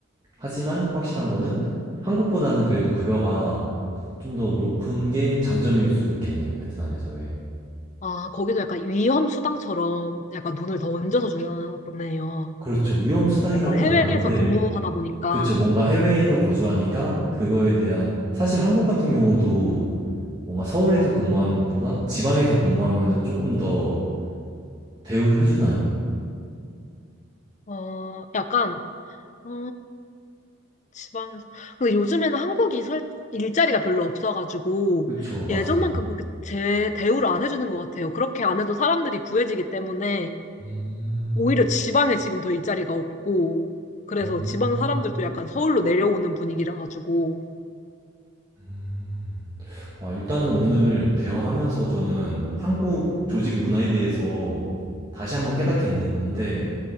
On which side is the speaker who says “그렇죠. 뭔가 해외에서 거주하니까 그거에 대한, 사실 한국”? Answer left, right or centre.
Right